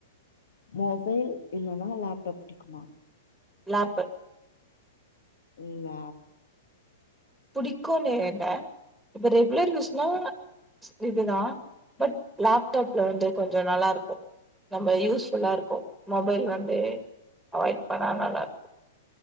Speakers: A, on the left; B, in the centre.
A: மொபைல் இல்லேன்னா லேப்டாப் புடிக்குமா
B: லாப்பு
A: இன் லாப்
B: பிடிக்கும்னுு ஏ இப்ப ரெகுலர் யூஸ்னா இதுதா பட் லேப்டாப்ல வந்து கொஞ்சோ நல்லாருக்கு நம்ம யூஸ் ஃபுல்லா இருக்கு மொபைல் வந்து அவாய்ட் பண்ணா நல்லாருக்